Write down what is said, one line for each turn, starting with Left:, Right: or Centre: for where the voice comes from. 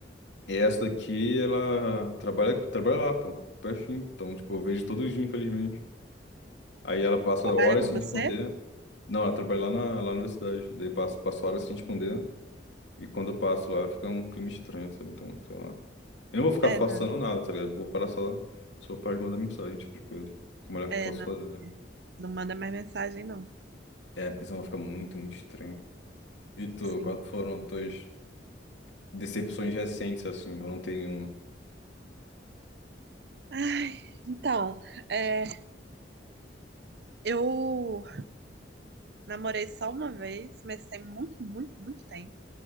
Left: E essa daqui, ela trabalha, trabalha lá, pô, pertinho. Então, tipo, eu vejo todo dia, infelizmente. Aí ela passa
Right: Trabalha
Left: horas
Right: com
Left: sem
Right: você?
Left: responder. Não, ela trabalha lá na, lá na universidade. Daí passa, passa horas sem responder. E quando eu passo lá, fica um clima estranho, sabe? Então, sei lá. Eu não vou ficar
Right: É,
Left: façando
Right: não.
Left: nada, tá ligado? Vou parar só, só para de mandar mensagem, esse tipo de coisa. Que é o melhor que
Right: É,
Left: eu posso
Right: não.
Left: fazer.
Right: é. Não manda mais mensagem, não.
Left: É, porque senão vai ficar muito, muito estranho. E tu,
Right: Sim.
Left: quais foram tuas decepções recentes, assim? Eu não tenho nenhuma.
Right: Ai, então, é, eu namorei só uma vez, mas tem muito, muito, muito tempo.